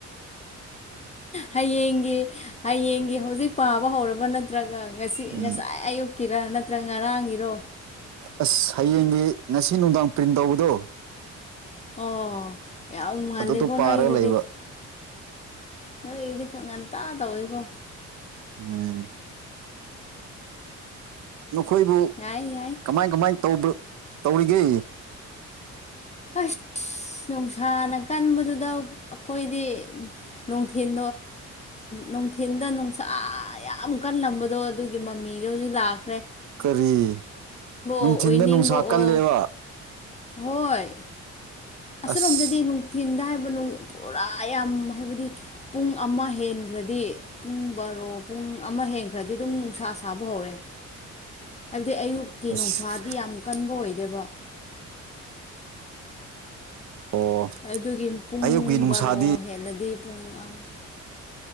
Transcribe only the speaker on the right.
ꯎꯝ
ꯑꯁ ꯍꯌꯦꯡꯗꯤ ꯉꯁꯤ ꯅꯨꯡꯗꯥꯡ ꯄ꯭ꯔꯤꯟ ꯇꯧꯕꯗꯣ
ꯑꯗꯨꯗꯣ
ꯄꯥꯔꯒ
ꯂꯩꯕ
ꯎꯝ ꯅꯈꯣꯏꯕꯨ
ꯀꯃꯥꯏ ꯀꯃꯥꯏ ꯇ ꯇꯧꯔꯤꯒꯦ <unintelligible>
<inaudible>
ꯀꯔꯤ ꯅꯨꯡꯊꯤꯤꯟꯗ
ꯅꯨꯡꯁꯥ ꯀꯜꯂꯦꯕ
ꯑꯁ
<unintelligible> <inaudible>
ꯑꯁ
ꯑꯣ
ꯑꯌꯨꯛꯀꯤ ꯅꯨꯡꯁꯥꯗꯤ